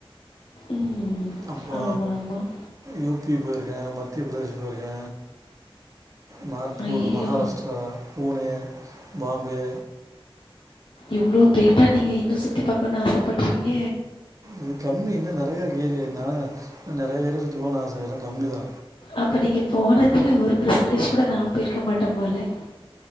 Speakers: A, on the left (about 55°); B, on the right (about 35°).
A: ம்
B: அப்றோ
A: ஆமாம் ஆமாம்
B: யூ பி போயிருக்க மத்திய பிரதேஷ் போயிருக்க நாக்பூர்
A: ஐயோ
B: மகாராஷ்டிரா புனே பாம்பே
A: இவ்ளோ போயிட்டா நீங்க இன்னு சுத்தி பாக்கனுன்னு ஆசப்பட்றீங்க
B: இது கம்மி இன்னு நறையா இருக்கு ஏரியா நா நறையா ஏரியா சுத்தி பாக்கனுன்னு ஆச இதுலா கம்மி தா
A: அப்ப நீங்க போனதுல ஒரு பெர்சன்டேஜ் கூட நா போயிருக்க மாட்ட போல